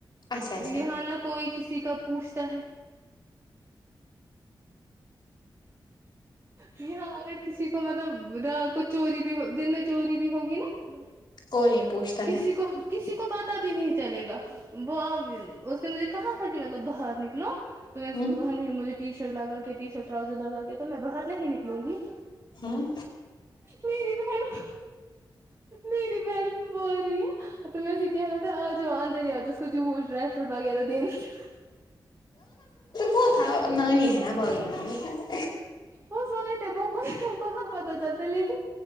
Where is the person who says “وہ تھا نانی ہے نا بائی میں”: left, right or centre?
Left